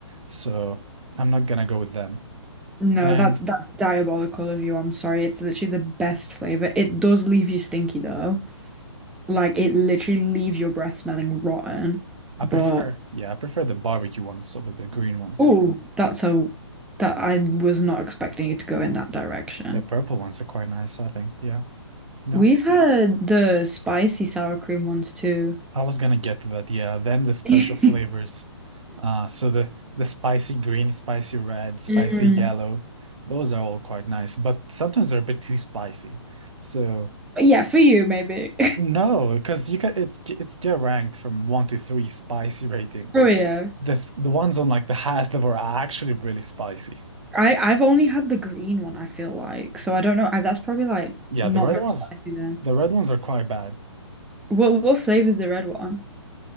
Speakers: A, on the right (about 85°); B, in the centre.
A: So I'm not gonna go with them.
B: No,
A: Then
B: that's that's diabolical of you. I'm sorry. It's literally the best flavor. It does leave you stinky though. Like it literally leaves your breath smelling rotten.
A: I
B: But
A: prefer, yeah, I prefer the barbecue ones over the green ones.
B: oh, that's a that I was not expecting you to go in that direction.
A: The purple ones are quite nice, I think. Yeah. No?
B: We've had the spicy sour cream ones too.
A: I was gonna get to that, yeah. Then the special
B: <laughs>
A: flavors. Uh, so the the spicy green, spicy red, spicy
B: Mm.
A: yellow, those are all quite nice, but sometimes they're a bit too spicy. So
B: But Yeah, for you maybe. <laughs>
A: no, because you can it it's get ranked from one to three spicy rating.
B: Oh yeah.
A: The th- the ones on like the highest level are actually really spicy.
B: I I've only had the green one, I feel like. So I don't know. I, that's probably like
A: Yeah,
B: not
A: the red
B: very
A: ones,
B: spicy then.
A: the red ones are quite bad.
B: What what flavor's the red one?